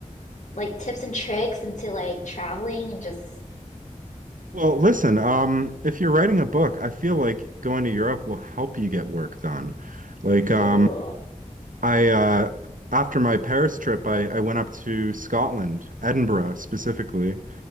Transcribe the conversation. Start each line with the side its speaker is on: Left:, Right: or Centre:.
Left: like tips and tricks into like traveling and just
Right: Well, listen, um if you're writing a book, I feel like going to Europe will help you get work done. Like um
Left: ooh,
Right: I uh after my Paris trip, I I went up to Scotland, Edinburgh specifically,